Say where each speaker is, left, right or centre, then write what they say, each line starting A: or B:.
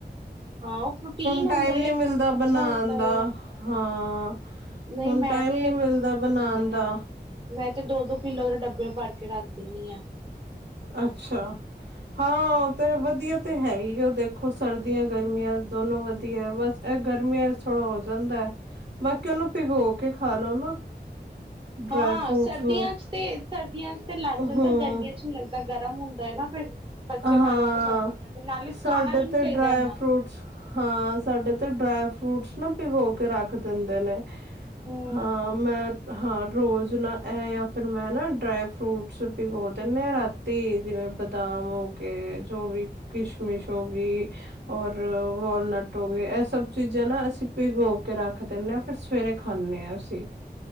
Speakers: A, on the right; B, on the right.
A: ਹਾਂ ਉਹ ਪ੍ਰੋਟੀਨ
B: ਟਾਈਮ
A: ਹੁੰਦਾ
B: ਨੀ
A: ਏ
B: ਮਿਲਦਾ ਬਣਾਣ
A: ਅੱਛਾ ਹੋਤਾ
B: ਦਾ
A: ਹੈ ਉਹ
B: ਹਾਂ
A: ਨਹੀਂ
B: ਹੁਣ
A: ਮੈਂ
B: ਟਾਈਮ
A: ਤੇ,
B: ਨੀ ਮਿਲਦਾ ਬਣਾਣ
A: ਹਾਂ
B: ਦਾ
A: ਮੈਂ ਤੇ ਦੋ-ਦੋ ਕਿੱਲੋ ਦੇ ਡੱਬੇ ਭਰ ਕੇ ਰੱਖ ਦਿੰਣੀ ਆਂ
B: ਅੱਛਾ ਹਾਂ ਤੇ ਵਧੀਆ ਤੇ ਹੈ ਹੀ ਉਹ ਦੇਖੋ ਦੇਖੋ ਸਰਦੀਆਂ ਗਰਮੀਆਂ ਦੋਨੋ ਵਧੀਆ ਹੈ ਬਸ ਇਹ ਗਰਮੀਆਂ ਥੋੜ੍ਹਾ ਹੋ ਜਾਂਦਾ ਹੈ ਬਾਕੀ ਉਹਨੂੰ ਭਿਗੋ ਕੇ ਖਾ ਲੋ ਨਾ ਡਰਾਈ
A: ਹਾਂ,
B: ਫਰੂਟਸ
A: ਸਰਦੀਆਂ
B: ਨੂੰ
A: ਚ ਤੇ ਸਰਦੀਆਂ ਚ ਤੇ ਲੱਗ ਜਾਂਦਾ
B: ਹੂੰ
A: ਗਰਮੀਆਂ ਚ ਨਹੀਂ ਲੱਗ ਤਾਂ ਗਰਮ ਹੁੰਦਾ ਹੈ ਨਾ ਫਿਰ ਬੱਚੇ
B: ਹਾਂ
A: ਖਾਣਾ ਪਸੰਦ ਨਹੀਂ ਕਰਦੇ ਨਾਲੇ
B: ਸਾਡੇ
A: ਖਾਣਾ ਵੀ ਨੀ
B: ਤੇ
A: ਚਾਹੀਦਾ
B: ਡਰਾਏ
A: ਇੰਨਾ
B: ਫਰੂਟਸ ਹਾਂ ਸਾਡੇ ਤੇ ਡਰਾਏ ਫਰੂਟਸ ਨਾ ਭਿਗੋ ਕੇ ਰੱਖ ਦਿੰਦੇ ਨੇ
A: ਹਮ
B: ਹਾਂ ਮੈਂ ਹਾਂ, ਰੋਜ਼ ਨਾ ਇਹ ਜਾਂ ਫਿਰ ਮੈਂ ਨਾ ਡਰਾਈ ਫਰੂਟਸ ਪਿਗੋ ਦਿੰਦੇ ਹਾਂ ਰਾਤੀ ਜਿਵੇਂ ਬਦਾਮ ਜੋ ਵੀ ਕਿਸ਼ਮਿਸ਼ ਹੋ ਗਈ ਔਰ ਵਾਲਨਟ ਹੋ ਗਏ ਇਹ ਸਭ ਚੀਜ਼ਾਂ ਨਾ ਅਸੀਂ ਭਿਗ ਹੋ ਕੇ ਰੱਖ ਦਿੰਦੇ ਹਾਂ ਫਿਰ ਸਵੇਰੇ ਖਾਂਦੇ ਹਾਂ ਅਸੀਂ